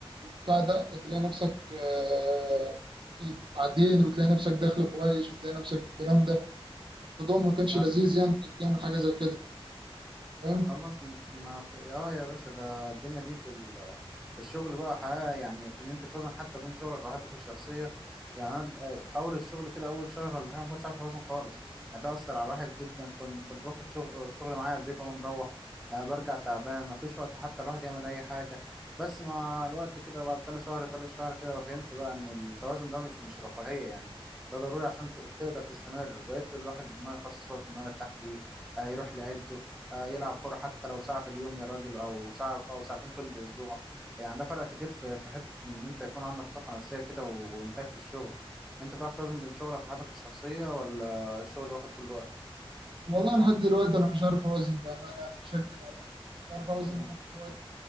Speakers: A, on the right; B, in the centre.
A: بتاع ده تلاقي نفسك آه، بعدين وتلاقي نفسك دخل كويس وتلاقي نفسك الكلام ده الموضوع ما كانش
B: آه،
A: لذيذ يعني انك تعمل حاجه زي كده فاهم
B: خلاص م- ما في اه يا باشا ده الدنيا دي في ال... في الشغل بقى حياة يعني ان انت توازن حتى بين شغلك وحياتك الشخصية يعني انا آه، في اول الشغل كده اول شهر ولا حاجة ما كنتش عارف اوازن خالص يعني ده اثر على الواحد جدا كنت كنت باخد شغل شغل معايا البيت وانا مروح آه برجع تعبان ما فيش وقت حتى الواحد يعمل اي حاجة بس مع الوقت كده بعد تاني شهر تالت شهر كده فهمت بقى ان التوازن ده مش مش رفاهية يعني ده ضروري عشان ت- تقدر تستمر بقيت الواحد ان هو يخصص وقت ان هو يرتاح فيه هيروح لعيلته آه، يلعب كرة حتى لو ساعة في اليوم يا راجل أو ساعة أو ساعتين كل أسبوع يعني ده فرق كتير في في حتة إن أنت يكون عندك طاقة نفسية كده و- وإنتاج في الشغل أنت بتعرف توازن بين شغلك وحياتك الشخصية ولا الشغل واخد كل وقتك؟
A: والله لحد دلوقتي انا مش عارف اوازن بامانه انا مش هكدب عليك مش عارف اوازن
B: مم.
A: لحد دلوقتي